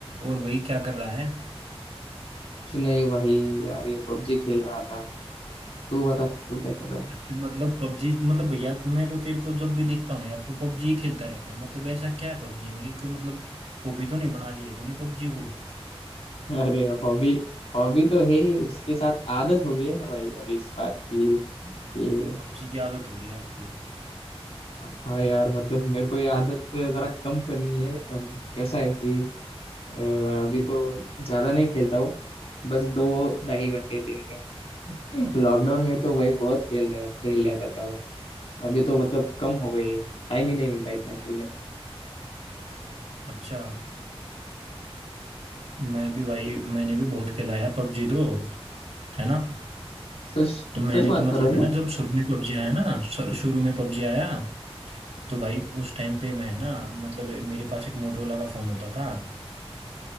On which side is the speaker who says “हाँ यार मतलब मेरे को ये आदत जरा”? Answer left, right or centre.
Left